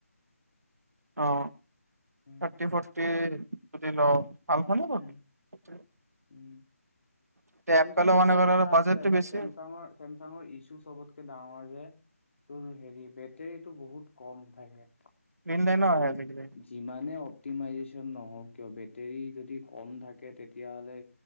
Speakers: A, on the right; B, on the left.
A: অ
B: উম
A: থাৰ্টি ফৰ্টি তুতি ল ভাল ভালে পাবি
B: উম উম
A: এতিয়া
B: চেমচাং
A: এপেলৰ
B: লব
A: মানে
B: ইচ্ছা
A: বাজেটটো
B: আছিলে বাট
A: বেছি
B: চেমচাঙৰ চেমচাঙৰ ইছ্যু চবতকে ডাঙৰ যে তোৰ হেৰি বেটেৰীটো বহুত কম থাকে
A: গ্ৰীণ লাইনো
B: আৰু
A: আহে আজিকালি।
B: যিমান অতিম নক কিয় বেটেৰী যদি কম থাকে তেতিয়া হলে